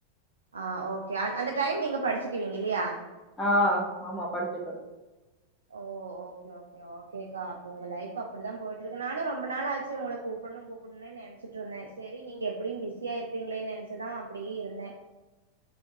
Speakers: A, on the right; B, on the left.
A: ஆ ஓகே அந் அந்த டைம் நீங்க படுச்சுகுவீங்க இல்லியா
B: ஆ ஆமா படிச்சுப
A: ஓ ஓகே ஓகே ஓகேக்கா அப்ப உங்க லைஃப் அப்டிதா போட்ருக்கு நானு ரொம்ப நாள் ஆச்சு உங்கள கூப்புட்னு கூப்புட்னுனே நெனச்சிட்டு இருந்தே செரி நீங்க எப்டியு பிஸியா இருப்பிங்ளேனு நெனச்சுதா அப்டியே இருந்தே